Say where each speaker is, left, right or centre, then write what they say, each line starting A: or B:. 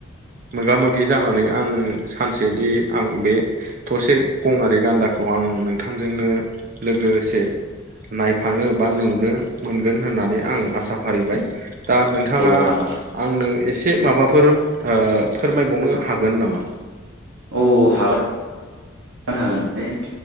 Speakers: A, on the right; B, on the right.
A: मोगा मोगि जानानै आं सानसेदि आं बे थसे गङारि गान्दाखौ आं नोंथांजोंनो लोगोसे नायफानो बा नुनो मोनगोन होननानै आं आसा फारिबाय दा नोंथाङा
B: हागोन
A: आंनो एसे माबाफोर ओ फोरमायबावनो हागोन नामा
B: औ हागोन गोन हागोन <unintelligible>